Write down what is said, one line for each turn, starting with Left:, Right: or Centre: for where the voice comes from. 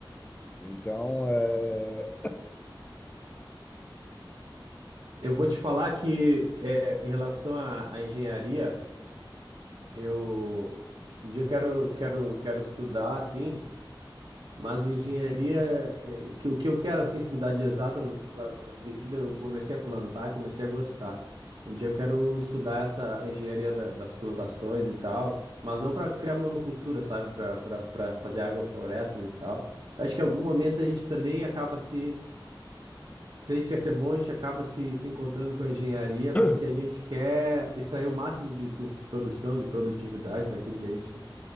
Left: Então, é,
Right: Eu vou te falar que é, em relação à, à engenharia, eu um dia eu quero quero quero estudar assim. Mas engenharia, é, que, o que eu quero assim estudar de exatas na vida, eu comecei a plantar, e comecei a gostar. Um dia eu quero estudar essa engenharia da- das plantações e tal, mas não para criar monocultura, sabe? Para para fazer agroflorestas e tal. Acho que em algum momento a gente também acaba se. Se a gente quer ser bom, a gente acaba se, se encontrando com a engenharia,
Left: <coughs>
Right: porque a gente quer extrair o máximo de tu- produção, de produtividade daquilo que a gente